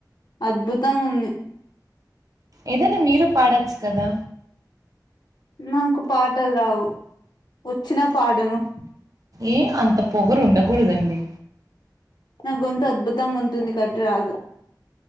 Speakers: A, on the left (about 70°); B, on the right (about 55°).
A: అద్భుతంగా ఉంది.
B: ఏదైనా మీరు పాడొచ్చు కదా!
A: నాకు పాటలు రావు, వచ్చినా పాడను.
B: ఏ అంత పొగరు ఉండకూడదండి
A: నా గొంతు అద్భుతంగా ఉంటుంది కాబట్టి రాదు